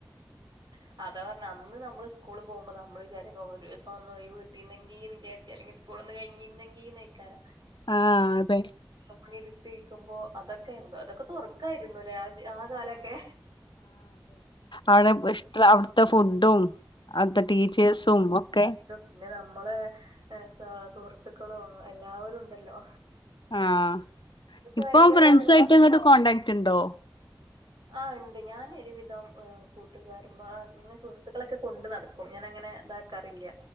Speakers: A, on the right (about 70°); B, on the left (about 80°).
A: <inaudible> അതാ പറഞ്ഞ അന്ന് നമ്മള് സ്കൂ സ്കൂൾ പോകുമ്പോൾ നമ്മൾ വിചാരിക്കും ഒരു ദിവസം ഒന്ന് ഒഴിവ് കിട്ടീരന്നെങ്കിൽ വിചാരിച്ചല്ലെങ്കിൽ സ്കൂൾ ഒന്ന് കഴിഞ്ഞിരിന്നെങ്കിൽ ക്ട
B: ആഹ അതെ
A: പണിയെടുത്തിരിക്കുമ്പോ അതൊക്കെ എന്തോ അതൊക്കെ സ്വർഗായിയിരുന്നു ല്ലെ ആ കാലോക്കെ
B: ആവിടെ ഇഷ്ട അവിടുത്തെ ഫുഡും അവിടത്തെ
A: ഉം.
B: ടീച്ചേഴ്സും ഒക്കെ
A: ഇതും പിന്നെ നമ്മളെ സ സുഹൃത്തുക്കളോ എല്ലാവരും ഉണ്ടല്ലോ
B: ആഹ്
A: അതൊക്കെ
B: ഇപ്പം
A: ഭയങ്കരായിട്ട്
B: ഫ്രണ്ട്സു
A: നാം
B: ആയിട്ട് ഇങ്ങോട്ട് കോൺടാക്ട് ഉണ്ടോ?
A: ആഹ് ഉണ്ട് ഞാനൊരുവിധം ഓ കൂട്ടുകാരന്മാ അങ്ങനെ സുഹൃത്തുക്കളൊക്കെ കൊണ്ട് നടക്കും ഞാനങ്ങനെ ഇതാക്കാറില്ല.